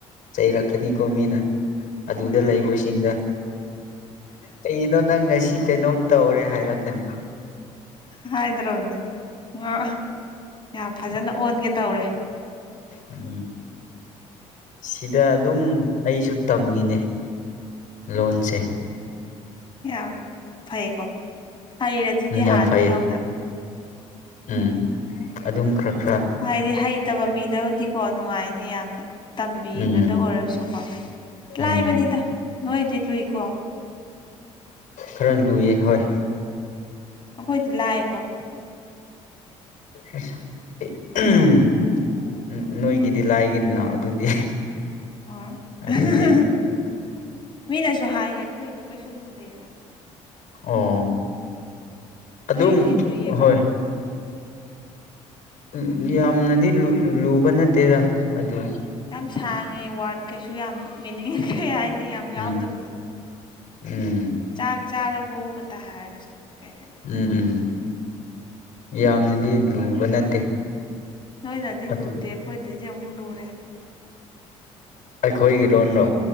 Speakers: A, on the left (about 55°); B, on the left (about 30°).
A: ꯆꯩꯔꯛꯀꯅꯤꯀꯣ ꯃꯤꯅ ꯑꯗꯨꯗ
B: ꯎꯝ
A: ꯂꯩꯕꯁꯤꯡꯗ ꯀꯩꯅꯣ ꯅꯪ ꯉꯁꯤ ꯇꯨ ꯀꯩꯅꯣꯝ ꯇꯧꯔꯦ ꯍꯥꯏꯔꯛꯀꯅꯤ
B: ꯍꯥꯏꯗ꯭ꯔꯣꯕꯅꯦ ꯉꯥ ꯌꯥꯝ ꯐꯖꯅ ꯑꯣꯟꯒꯦ ꯇꯧꯔꯦ
A: ꯎꯝ ꯁꯤꯗ ꯑꯗꯨꯝ ꯑꯩꯁꯨ ꯇꯝꯃꯤꯅꯦ ꯂꯣꯟꯁꯦ
B: ꯌꯥꯝ ꯐꯩꯀꯣ ꯍꯩꯔꯦ ꯑꯗꯨꯗꯤ
A: ꯎꯝ ꯌꯥꯝ
B: ꯍꯥꯟꯅꯗꯩ
A: ꯐꯩꯌꯦ
B: ꯍꯧꯅ
A: ꯎꯝ ꯑꯗꯨꯝ ꯈꯔ ꯈꯔ
B: ꯍꯥꯏꯗꯤ ꯍꯩꯇꯕ ꯃꯤꯗꯕꯨꯗꯤ ꯀꯣ ꯅꯨꯡꯉꯥꯏꯅꯤ ꯌꯥꯝꯅ ꯇꯝꯕꯤꯕꯗ
A: ꯎꯝ
B: ꯑꯣꯏꯔꯁꯨꯀꯣ
A: ꯎꯝ
B: ꯂꯥꯏꯕꯅꯤꯗ ꯅꯣꯏꯗꯤ ꯂꯨꯏꯀꯣ
A: ꯈꯔ ꯂꯨꯏꯌꯦ ꯍꯣꯏ
B: ꯑꯩꯈꯣꯏꯗꯤ ꯂꯥꯏꯑꯦꯀꯣ
A: ꯑꯁ ꯎꯝ ꯅꯣꯏꯒꯤꯗꯤ ꯂꯥꯏꯒꯤꯅꯤꯅ ꯑꯗꯨꯗꯤ
B: ꯍꯣꯏ
A: ꯑꯗꯨꯗꯤ
B: ꯃꯤꯅꯁꯨ ꯍꯥꯏꯌꯦ ꯑꯩꯈꯣꯏꯗꯣ ꯀꯩꯁꯨ ꯂꯨꯗꯦꯅ
A: ꯑꯣ ꯑꯗꯨꯝ
B: ꯅꯣꯏꯒꯤꯗꯤ ꯂꯨꯏꯌꯦꯕ
A: ꯍꯣꯏ ꯎꯝ ꯌꯥꯝꯅꯗꯤ ꯂꯨ ꯂꯨꯕ ꯅꯠꯇꯦꯗ ꯑꯗꯣ
B: ꯌꯥꯝ ꯁꯥꯡꯉꯦ ꯋꯥꯔꯗ ꯀꯩꯁꯨ ꯌꯥꯝ ꯃꯤꯅꯤꯡ ꯀꯩ ꯍꯥꯏꯅꯤ ꯌꯥꯝ
A: ꯎꯝ
B: ꯌꯥꯎꯗꯕꯗꯣ
A: ꯎꯝ
B: ꯆꯥꯛ ꯆꯥꯔꯕꯣꯒꯇ ꯍꯥꯏꯔꯁꯨ ꯀꯩ ꯍꯥꯏꯅꯤ
A: ꯎꯝ ꯎꯝ ꯌꯥꯝꯅꯗꯤ ꯂꯨꯕ ꯅꯠꯇꯦ
B: ꯅꯣꯏꯅꯗꯤ
A: ꯑꯗꯨ
B: ꯂꯨꯗꯦ ꯑꯩꯈꯣꯏꯗꯗꯤ ꯑꯃꯨꯛ ꯂꯨꯔꯦ
A: ꯑꯩꯈꯣꯏꯒꯤ ꯂꯣꯟꯔꯣ